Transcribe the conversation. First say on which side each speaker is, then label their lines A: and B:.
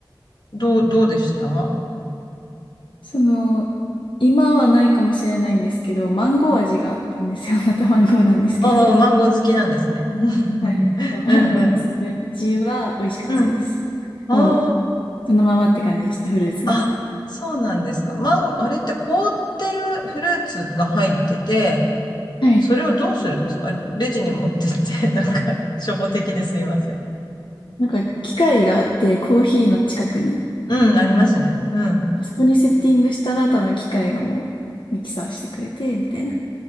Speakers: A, on the left; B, on the left.
A: どう、どうでした
B: その、今はないかもしれないんですけど、マンゴー味があったんですよ。<laughs> またマンゴーなんですけど。
A: おー、マンゴー好きなんですね。<laughs>
B: はい。マンゴーのスムージーは美味しかったです。
A: うんうん。うん。おー、
B: もう、そのままって感じでした、フルーツが。
A: あ、そうなんですか。マン、あれって凍ってるフルーツが入ってて、
B: はい。
A: それをどうするんですかレジに持ってって、<laughs> なんか、初歩的ですいません。
B: なんか、機械があって、コーヒーの近くに。
A: うん、ありますね。うん。
B: あそこにセッティングしたら、多分機械がもう、ミキサーしてくれて、みたいな。